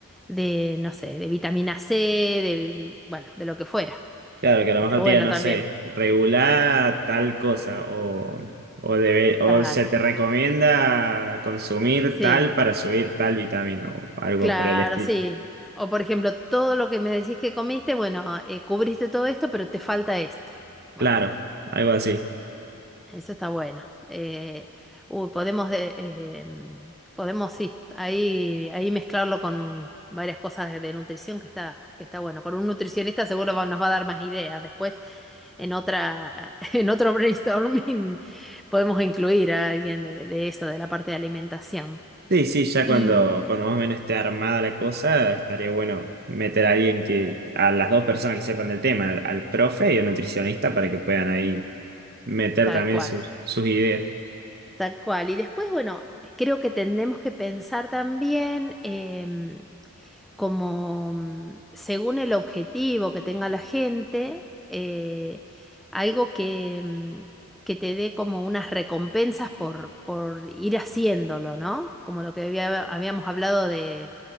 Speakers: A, in the centre; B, on the right.
A: de, no sé, de vitamina C, de, bueno, de lo que fuera.
B: Claro, que a lo
A: Está
B: mejor
A: bueno
B: te diga, no
A: también.
B: sé, regular tal cosa o, o, debe-
A: Claro,
B: o se te recomienda consumir
A: sí.
B: tal para subir tal vitamina o algo
A: Claro,
B: por el estilo.
A: sí. O por ejemplo, todo lo que me decís que comiste, bueno, eh, cubriste todo esto, pero te falta esto. Bueno,
B: Claro, algo así.
A: eso está bueno. Eh, uy, podemos, de- eh, podemos, sí, ahí, ahí mezclarlo con varias cosas de, de nutrición que está, que está bueno. Con un nutricionista seguro va- nos va a dar más ideas. Después, en otra, <laughs> en otro brainstorming, podemos incluir a alguien de, de eso, de la parte de alimentación.
B: Sí, sí, ya
A: Y
B: cuando, cuando más o menos esté armada la cosa, estaría bueno meter a alguien que, a las dos personas que sepan del tema, al, al profe y al nutricionista para que puedan ahí meter
A: tal
B: también
A: cual.
B: sus, sus ideas.
A: Tal cual. Y después, bueno, creo que tenemos que pensar también, em, como mm, según el objetivo que tenga la gente, eh, algo que, mm, que te dé como unas recompensas por, por ir haciéndolo, ¿no? Como lo que había- habíamos hablado de,